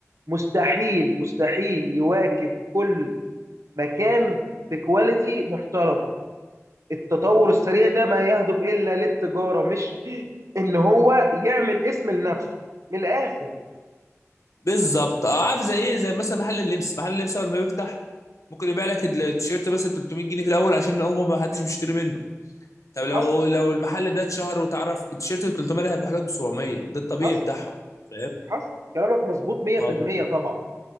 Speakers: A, on the right; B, on the left.
A: مستحيل مستحيل يواكب كل مكان بكواليتي محترمه التطور السريع ده ما يهدف الا للتجاره مش ان هو يعمل اسم لنفسه من الاخر
B: بالظبط اه عارف زي ايه زي مثلا محل اللبس محل اللبس اول ما بيفتح ممكن يبيع لك التيشيرت بس ب 300 جنيه في الاول عشان هو ما حدش بيشتري منه طب لو
A: حصل
B: لو المحل ده اتشهر وتعرف التيشيرت ب 300 ده هيبقى لك ب 700 ده الطبيعي
A: حصل
B: بتاعهم فاهم
A: حصل كلامك مظبوط 100%
B: ما هو
A: طبعا